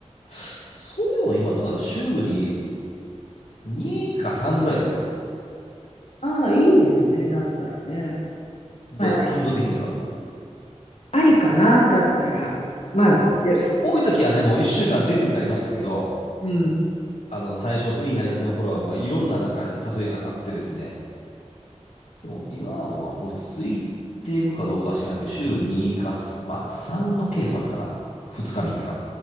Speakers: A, on the left; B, on the left.
A: そういうのも今どうだろう、週に2か3ぐらいですよ。
B: ああ、いいですね。だったらね。
A: どうですか、
B: まあ
A: 頻度的には。
B: ありかな、だったら。まあ、
A: おもちろん多い時はね、
B: で
A: もう1週間全部ってありましたけど、
B: うん。
A: あの、最初フリーになりたての頃はもういろんななんか誘いがあってですね、でも今は落ち着いてるかどうかは知らんけど、週2か、まあ3のケースもあるのかな。2日3日。